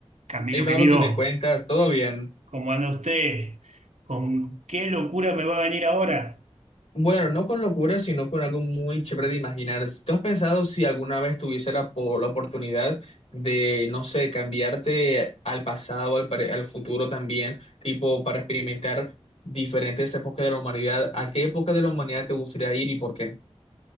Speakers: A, on the right; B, on the left.
A: Camilo
B: Hey Pablo,
A: querido,
B: que me cuentas? ¿Todo bien?
A: ¿cómo anda usted? ¿Con qué locura me va a venir ahora?
B: Bueno, no con locura, sino con algo muy chévere de imaginar. ¿Tú has pensado si alguna vez tuviese la, po- la oportunidad de, no sé, cambiarte al pasado, al, pare- al futuro también, tipo para experimentar diferentes épocas de la humanidad? ¿A qué época de la humanidad te gustaría ir y por qué?